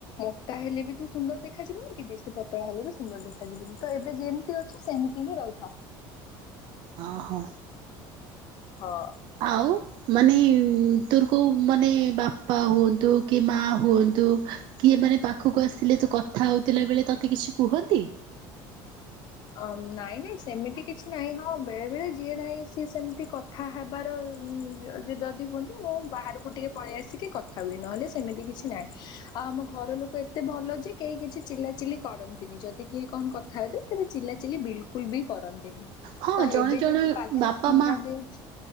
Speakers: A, on the left (about 45°); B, on the right (about 50°).
A: ମୋଟା ହେ ହେଲେ ବି ତୁ ସୁନ୍ଦର ଦେଖାଯିବୁନି କି ବେଶୀ ପତଳା ହେଲେ ବି ସୁନ୍ଦର ଦେଖା ଯିବନି ତ ଏବେ ଯେମିତି ଅଛୁ ସେମିତି ହିଁ ରହି ଥା।
B: ଓ ହୋ।
A: ହଁ।
B: ଆଉ ମାନେ ତୋର କୋଉଁ ମାନେ ବାପା ହୁଅନ୍ତୁ କି ମା ହୁଅନ୍ତୁ ତୁ କିଏ ମାନେ ପାଖକୁ ଆସିଲେ ତୁ କଥା ହଉଥିଲା ବେଳେ ତତେ କିଛି କୁହନ୍ତି?
A: ଅ ନାଇଁ ନାଇଁ ସେମିତି କିଛି ନାହିଁ ହଁ ବେଳେ ବେଳେ ଯିଏ ନାହିଁ ସିଏ ସେମିତି କଥା ହେବାର ହୁଁ ଯ ଯଦି ହୁଅନ୍ତି ମୁଁ ବାହାରକୁ ଟିକେ ପଳେଇ ଆସିକି କଥା ହୁଏ ନହେଲେ ସେମିତି କିଛି ନାହିଁ ଆଉ ଆମ ଘର ଲୋକ ଏତେ ଭଲ ଯେ କେହି କିଛି ଚିଲା ଚିଲି କରନ୍ତିନି ଯଦି କେହି କଣ କଥା ହୁଏ ତେବେ ଚିଲା ଚିଲି ବିଲକୁଲ ବି କରନ୍ତିନି।
B: ହଁ
A: ତ
B: ଜଣେ
A: ଏବେ
B: ଜଣେ
A: ଯେହେତୁ ପାଗ
B: ବାପା
A: ଟା ଥଣ୍ଡା
B: ମା
A: ଦେଉଛି